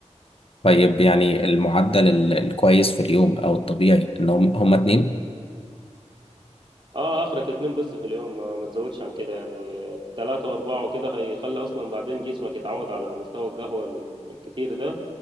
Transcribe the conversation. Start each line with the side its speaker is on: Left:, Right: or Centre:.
Left: طيب يعني المعدل ال- الكويس في اليوم او الطبيعي ان هم هم اتنين
Right: اه آخرك اتنين بس في اليوم ما ما تزودش عن كده يعني ثلاثة وأربعة وكده هيخلي أصلا بعدين جسمك يتعود على مستوى القهوة ال- الكتير ده